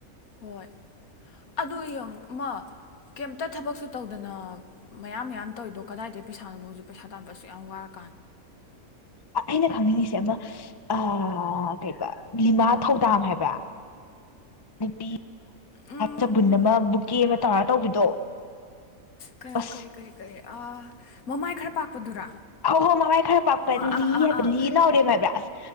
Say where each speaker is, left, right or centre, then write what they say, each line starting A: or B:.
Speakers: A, on the left; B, on the left.
A: ꯍꯣꯏ ꯑꯗꯨ ꯌꯦꯡ ꯑꯃ ꯀꯩꯝꯇ ꯊꯕꯛꯁꯨ ꯇꯧꯗꯅ ꯃꯌꯥꯝ ꯃꯌꯥꯝ ꯇꯧꯋꯤꯗꯣ ꯀꯗꯥꯏꯗ ꯄꯩꯁꯥꯅꯣꯕ ꯍꯧꯖꯤꯛ ꯄꯩꯁꯥ ꯇꯥꯟꯕꯁꯨ ꯌꯥꯝ ꯋꯥꯔ꯭ꯔꯦ <unintelligible>
B: ꯑꯩꯅ ꯈꯪꯅꯤꯡꯉꯤꯁꯦ ꯑꯃ ꯑ ꯀꯩꯕ ꯂꯤꯃꯥ
A: ꯎꯝ
B: ꯊꯧꯗꯥꯝ ꯍꯥꯏꯕ ꯄꯤ
A: ꯎꯝ
B: ꯍꯞ ꯕꯨꯟ
A: ꯎꯝ
B: ꯑꯃ ꯕꯨꯛꯀꯤ ꯃ <unintelligible> ꯇꯔ ꯇꯧꯕꯤꯗꯣ <unintelligible>
A: ꯀ
B: ꯑꯁ
A: ꯀꯔꯤ ꯀꯔꯤ ꯀꯔꯤ <unintelligible> ꯃꯃꯥꯏ ꯈꯔ ꯄꯥꯛꯄꯗꯨꯔꯥ
B: ꯍ ꯍꯣꯏ ꯃꯃꯥꯏ ꯈꯔ ꯄꯥꯛꯄ
A: ꯑꯥ
B: ꯂꯤ
A: ꯑꯥ ꯑꯥ
B: ꯍꯥꯏꯕ
A: ꯑꯥ
B: ꯂꯤ ꯅꯥꯎꯔꯦꯝ ꯍꯥꯏꯕ꯭ꯔꯥ ꯑꯁ